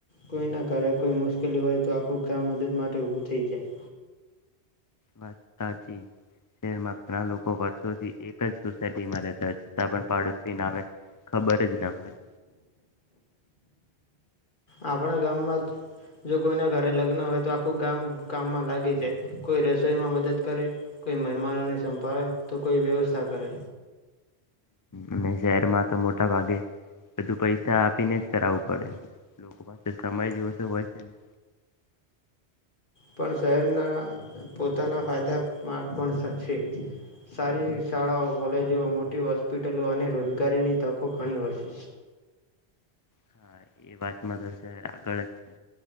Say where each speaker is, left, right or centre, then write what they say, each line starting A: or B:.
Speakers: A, on the left; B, on the left.
A: કોઈના ઘરે કોઈ મુશ્કેલી હોય તો આખું ગામ મદદ માટે ઉભું થઈ જાય
B: વાત સાચી શહેરમાં ઘણા લોકો વર્ષોથી એક જ સોસાયટીમાં રહેતા હોય છતાં પણ પાડોશી નામે ખબર જ ન હોય
A: આપણા ગામમાં જો કોઈના ઘરે લગ્ન હોય તો આખું ગામ કામમાં લાગી જાય કોઈ રસોઈમાં મદદ કરે કોઈ મહેમાનોને સંભાળે તો કોઈ વ્યવસ્થા કરે
B: અને શહેરમાં તો મોટા ભાગે બધું પૈસા આપીને જ કરાવું પડે લોકો પાસે સમય જ હોય <unintelligible>
A: પણ શહેરના પોતાના ફાયદામાં પણ છે સારી શાળાઓ કોલેજો મોટી હોસ્પિટલો અને રોજગારીની તકો ઘણી હોય છે
B: હા એ વાતમાં તો શહેર આગળ જ છે,